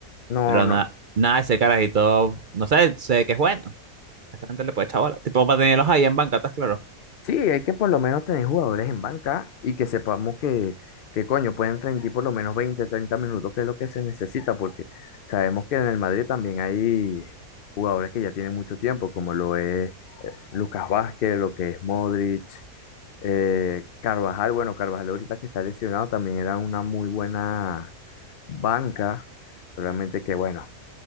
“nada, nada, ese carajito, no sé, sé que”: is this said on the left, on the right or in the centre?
Right